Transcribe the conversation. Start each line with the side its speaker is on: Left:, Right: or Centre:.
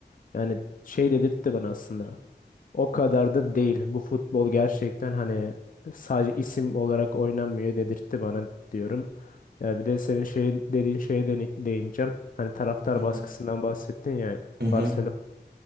Left: yani şey dedirtti bana aslında. O kadar da değil. Bu futbol gerçekten hani sadece isim olarak oynanmıyor dedirtti bana diyorum. Ya bir de senin şeyin dediğin şeye de değineceğim. Hani taraftar
Right: Hı hı.
Left: baskısından bahsettin ya.
Right: Hı hı.
Left: Barcelona